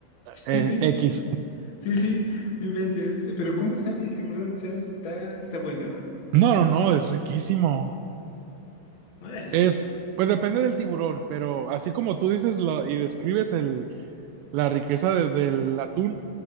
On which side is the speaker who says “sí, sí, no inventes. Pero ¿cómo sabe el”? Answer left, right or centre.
Left